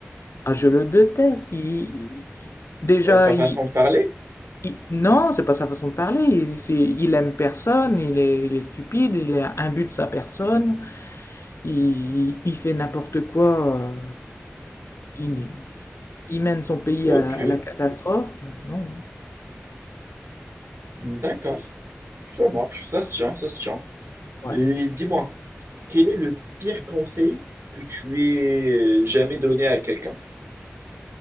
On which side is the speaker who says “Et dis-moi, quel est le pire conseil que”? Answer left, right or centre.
Right